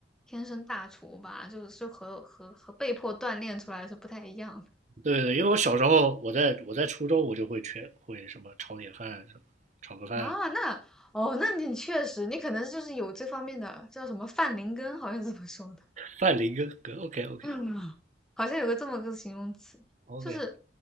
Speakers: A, in the centre; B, on the right.
A: 天生大厨吧，就是和和和被迫锻炼出来是不太一样
B: 对对，因为我小时候我在我在初中我就会缺会什么炒点饭什么炒个饭
A: 的啊。那哦，那你确实，你可能就是有这方面的，叫什么范林根，好像是这么说的。
B: 饭林哥哥，OK OK
A: 嗯，好像有个这么个形容词，
B: OK，
A: 就是